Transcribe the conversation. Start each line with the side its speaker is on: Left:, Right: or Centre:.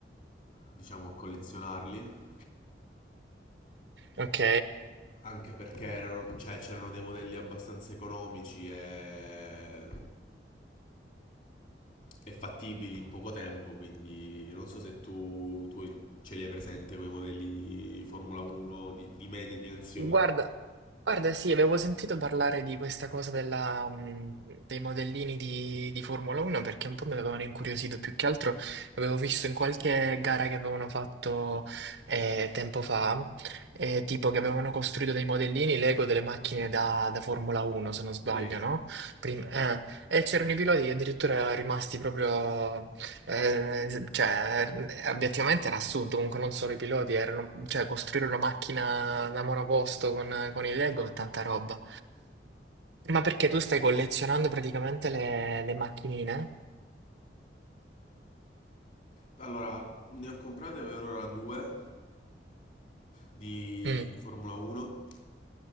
Left: diciamo, a collezionarli.
Right: Ok.
Left: Anche perché erano, cioè, c'erano dei modelli abbastanza economici e, e fattibili in poco tempo, quindi non so se tu, tu ce li hai presente quei modelli di Formula 1 di, di medie dimensioni.
Right: Guarda, guarda, sì, avevo sentito parlare di questa cosa della, mh, dei modellini di, di Formula 1 perché un po' mi avevano incuriosito, più che altro avevo visto in qualche gara che avevano fatto eh, tempo fa, eh, tipo che avevano costruito dei modellini Lego delle macchine da, da Formula 1, se non sbaglio,
Left: Sì. Eh,
Right: no? Prim- eh, e c'erano i piloti che addirittura erano rimasti proprio eh, cioè, eh, obiettivamente era assurdo, comunque non solo i piloti, erano, cioè, costruire una macchina da monoposto con, con i Lego è tanta roba. Ma perché tu stai collezionando praticamente le, le macchinine?
Left: allora, ne ho comprate per ora due di,
Right: Mm,
Left: di Formula 1